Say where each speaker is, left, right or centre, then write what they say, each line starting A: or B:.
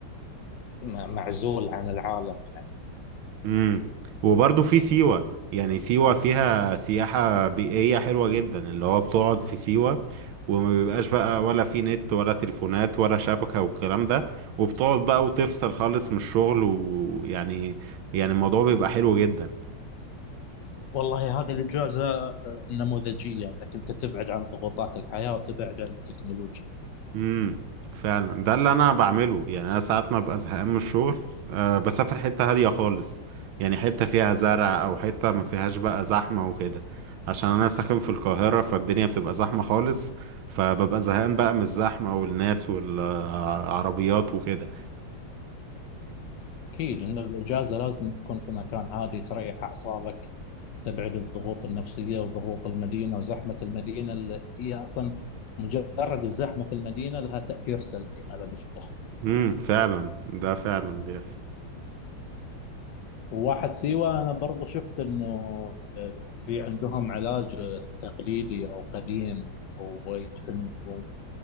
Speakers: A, on the left; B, on the right.
A: م- معزول عن العالم يعني
B: امم وبرضو في سيوة يعني سيوة فيها سياحة بيئية حلوة جدا اللي هو بتقعد في سيوة وما بيبقاش بقى ولا في نت ولا تليفونات ولا شبكة والكلام ده وبتقعد بقى وتفصل خالص من الشغل ويعني يعني الموضوع بيبقى حلو جدا
A: والله هذه الإجازة آه، نموذجية أنك أنت تبعد عن ضغوطات الحياة وتبعد عن التكنولوجيا
B: امم فعلا ده اللي انا بعمله يعني انا ساعات ما ببقى زهقان من الشغل أه بسافر حتة هادية خالص يعني حتة فيها زرع او حتة ما فيهاش بقى زحمة وكده عشان انا ساكن في القاهرة فالدنيا بتبقى زحمة خالص فببقى زهقان بقى من الزحمة والناس والعربيات وكده
A: أكيد أن الإجازة لازم تكون في مكان هادي تريح أعصابك تبعد الضغوط النفسية وضغوط المدينة وزحمة المدينة اللي هي أصلا مجرد الزحمة في المدينة لها تأثير سلبي على المخ
B: امم فعلا ده فعلا بيحصل
A: وواحد سيوة أنا برضو شفت أنه آه، في عندهم علاج تقليدي أو قديم هو يدفنوا